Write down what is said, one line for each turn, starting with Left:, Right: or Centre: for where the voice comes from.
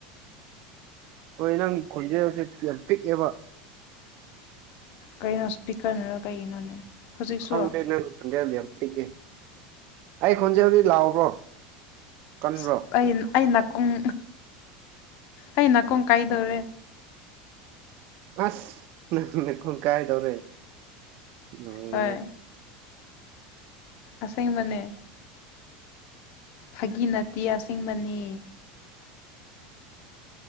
Right: ꯍꯣꯏ ꯅꯪ ꯈꯣꯟꯖꯦꯜꯁꯦ ꯌꯥꯝ ꯄꯤꯛꯑꯦꯕ
Left: ꯀꯩꯅꯣ ꯁ꯭ꯄꯤꯀꯔꯅꯔ ꯀꯩꯒꯤꯅꯣꯅꯦ ꯍꯧꯖꯤꯛꯁꯨ
Right: ꯈꯪꯗꯦ ꯅꯪ ꯈꯣꯟꯖꯦꯜꯗꯤ ꯌꯥꯝ ꯄꯤꯛꯑꯦ ꯑꯩ ꯈꯣꯟꯖꯦꯜꯗꯤ ꯂꯥꯎꯕ꯭ꯔꯣ ꯀꯟꯕ꯭ꯔꯣ
Left: ꯁ꯭ꯄꯦꯟ ꯑꯩ ꯅꯥꯀꯣꯡ ꯑꯩ ꯅꯥꯀꯣꯡ ꯀꯥꯏꯗꯧꯔꯦ
Right: ꯑꯁ ꯅꯪ ꯅꯥꯀꯣꯡ ꯀꯥꯏꯗꯧꯔꯦ ꯅꯣꯏꯔꯦꯍꯦ
Left: ꯍꯣꯏ ꯑꯁꯦꯡꯕꯅꯦ ꯐꯥꯒꯤ ꯅꯠꯇꯦ ꯑꯁꯦꯡꯕꯅꯦ